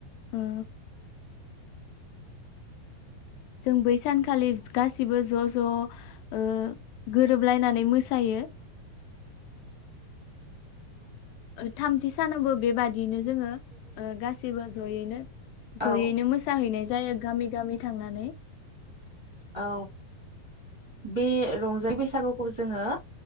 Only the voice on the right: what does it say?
औ
औ बे रंजालि बैसागुखौ जोङो